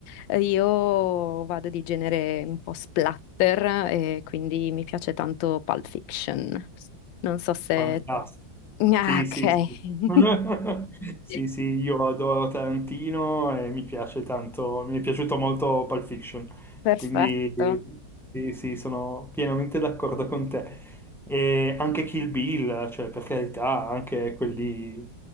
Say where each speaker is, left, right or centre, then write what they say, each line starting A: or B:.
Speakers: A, on the left; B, in the centre.
A: eh, io vado di genere un po' splatter e quindi mi piace tanto Pulp Fiction. Non so se...
B: Fantastico.
A: Ah,
B: Sì,
A: ok,
B: sì, sì. <laughs> Sì,
A: <laughs>
B: sì, io adoro Tarantino e mi piace tanto, mi è piaciuto molto Pulp Fiction,
A: perfetto.
B: quindi sì, sì, sono pienamente d'accordo con te. E anche Kill Bill, cioè per carità, anche quelli,